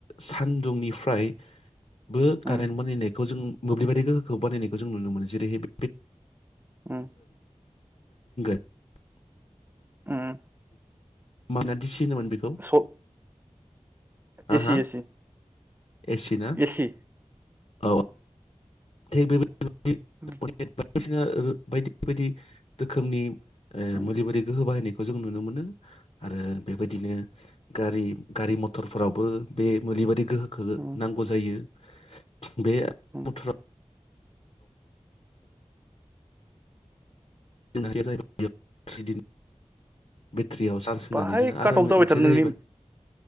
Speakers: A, on the left; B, on the right.
A: सानदुंनिफ्राय बो
B: उम
A: खारेन बानायनायखौ जों मोब्लिबायदि गोहोखौ बानायनायखौ जों नुनो मोनो ।जेरैहाय
B: उम
A: <unintelligible>
B: उम
A: माना दिसिनोमोन बेखौ
B: सब
A: हा
B: एसि
A: हा
B: एसि
A: एसि ना
B: एसि
A: औ थिग बे बाय
B: उम
A: बायदि बायदि रोखोमनि <unintelligible>
B: उम
A: खौ जों नुनो मोनो आरो। बेबायदिनो गारि गारि मथरफोरावबो बे मलिबादि गोहोखो
B: उम
A: नांगौ जायो। <inaudible> बे
B: उम
A: बोथोराव <unintelligible> बेटारियाव चार्ज होननानै
B: बाहाय
A: दोनो
B: काट
A: आरो
B: अफ
A: मोन
B: जाबाय
A: मोनसेया
B: थादों
A: जाहैबाय
B: नोंनि